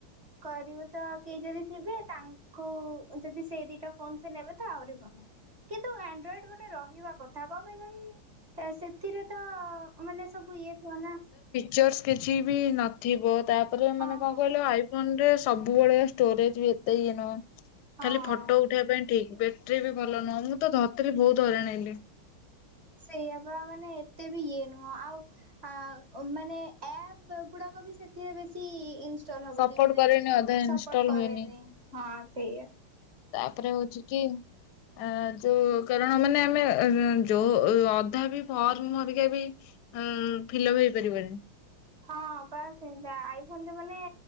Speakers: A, on the right (about 30°); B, on the left (about 65°).
A: କରିବୁ ତ କେହି ଯଦି ଥିବେ ତାଙ୍କୁ ଯଦି ସେଇ ଦିଟା ଫୋନ ସେ ନେବେ ତ ଆହୁରି ଭଲ କିନ୍ତୁ ଆଣ୍ଡ୍ରଏଡ ଗୋଟେ ରହିବା କଥା କଣ ପାଇଁ କହିନୁ ସେଥିରେ ତ ଅ ମାନେ ସବୁ ଇଏ ଥିବ ନା
B: ଜସ କିଛି ବି ନଥିବ ତାପରେ ମାନେ
A: ହଁ
B: କଣ
A: ହଁ
B: କହିଲ ଆଇ ଫୋନରେ ସବୁବେଳେ ଷ୍ଟୋରେଜ ବି ଏତେ ଇ ନୁହ
A: ହଁ।
B: ଖାଲି ଫଟୋ ଉ ଉଠେଇିବା ପାଇଁ ଠିକ ବେଟେରି ବି ଭଲ ନୁହଁ ମୁଁ ତ ଧରିଥିଲି ବହୁତ ହଇରାଣ ହେଲି
A: ସେଇଆ ବା ମାନେ ଏତେ ବି ଇଏ ନୁହଁ ଆଉ ଆ ମାନେ ଆପ ଗୁଡ଼ାକ ବି ସେଥିରେ ବେଶୀ <unintelligible> ହବନି
B: ସପୋର୍ଟ
A: ମାନେ
B: କରେନି ଅଧା
A: ସପର୍ଟ
B: ଇନଷ୍ଟଲ
A: କରେନି
B: ହୁଏନି
A: ହଁ ସେଇ
B: ତାପରେ ହଉଛି କି ଆ ଯୋଉ କାରଣ ମାନେ ଆମେ ଯୋଉ ଅଧା ବି ଫର୍ମ ଭରିକା ବି ଉଁ ଫିଲପ ହେଇପାରିବନି।
A: ହଁ ପା ସେମି ଆଇଫୋନରେ ମାନେ